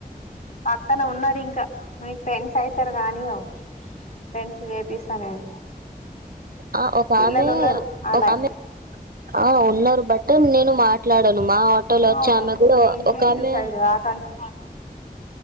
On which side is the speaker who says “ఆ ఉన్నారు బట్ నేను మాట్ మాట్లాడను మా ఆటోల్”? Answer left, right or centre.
Right